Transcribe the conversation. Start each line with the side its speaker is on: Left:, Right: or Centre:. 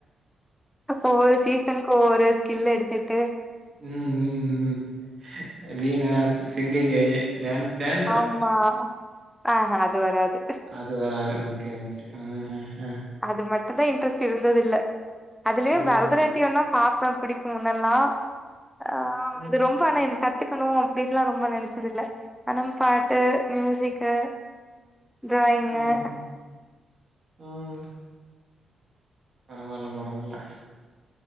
Centre: ஒவ்வொரு சீசனுக்கு ஒவ்வொரு ஸ்கில் எடுதுட்டு
Right: ம் ம் ம் வீண சிங்கிங்கு டான் டான்
Centre: ஆமா ஆ அ அது வராது
Right: அது வராது ஓகே ம் ம் ம்
Centre: அது மட்டு தா இன்ட்ரெஸ்ட் இருந்தது இல்ல அதுலயு
Right: ஓஹோ!
Centre: பரதநாட்டியு தா பாப்ப புடிக்கு முன்னெலா ஆ
Right: ம்,
Centre: அது ரொம்ப ரொம்ப எனக் கத்துகணு அப்டினுலா ரொம்ப நெனச்சதில்ல ஆனா பாட்டு மியூசிக்கு டிராயிங்கு
Right: ம்ஹ்ம். ம் பரவால்ல பரவால்ல